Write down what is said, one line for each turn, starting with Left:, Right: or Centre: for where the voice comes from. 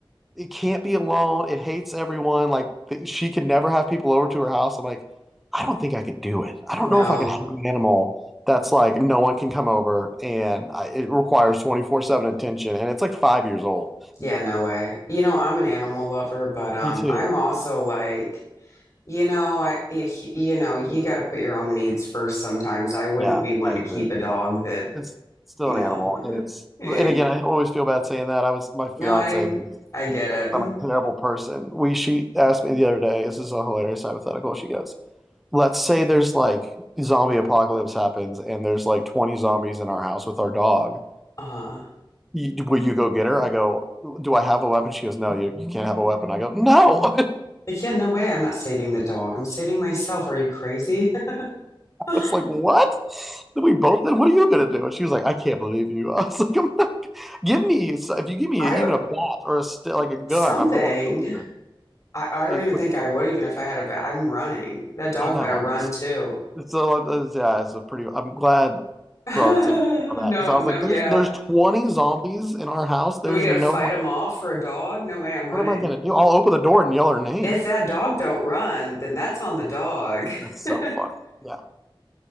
Centre: it can't be alone. It hates everyone. Like th- she can never have people over to her house. I'm like, I don't think I could do it. I don't
Left: No.
Centre: know if I could have an animal that's like no one can come over and I, it requires 24/7 attention and it's like 5 years old.
Left: Yeah, no way. You know, I'm an animal lover, but um
Centre: Me too.
Left: I'm also like You know, I you, you know, you got to put your own needs first sometimes. I wouldn't
Centre: Yeah,
Left: be one
Centre: I
Left: to
Centre: agree.
Left: keep a dog that
Centre: It's still
Left: no.
Centre: an animal and
Left: <laughs>
Centre: it's
Left: Eh.
Centre: and again, I always feel bad saying that. I was my fiance
Left: No, I
Centre: thinks
Left: I get it.
Centre: I'm a terrible person. We she asked me the other day, this is a hilarious hypothetical. She goes, let's say there's like zombie apocalypse happens and there's like 20 zombies in our house with our dog.
Left: Uh-huh.
Centre: You, will you go get her? I go, do I have a weapon? She goes, no, you, you can't have a weapon. I go, no.
Left: Like, yeah, no way. I'm not saving the dog. I'm saving myself. Are you crazy? <laughs>
Centre: <laughs>
Left: I
Centre: it's like, what? Then we both, then what are you going to do? And she was like, I can't believe you. <laughs> I was like, <laughs> I'm not, give me, so, if you give me
Left: w-
Centre: even a bat or a, st- like a gun,
Left: something.
Centre: I'm going over here.
Left: I, I don't
Centre: It was
Left: even
Centre: pretty
Left: think I
Centre: fun.
Left: would even if I had a bat. I'm running. That dog
Centre: I know.
Left: better
Centre: I'm
Left: run
Centre: just,
Left: too.
Centre: it's a, yeah, it's a pretty, I'm glad
Left: <laughs>
Centre: for all the sake of that.
Left: No,
Centre: Because I was
Left: no,
Centre: like,
Left: yeah.
Centre: there's, there's 20 zombies in our house. There's
Left: We got
Centre: no
Left: to fight him off for a dog? No way, I'm running.
Centre: What am I gonna do? I'll open the door and yell her name.
Left: If that dog don't run, then that's on the dog.
Centre: That's so
Left: <laughs>
Centre: funny. Yeah,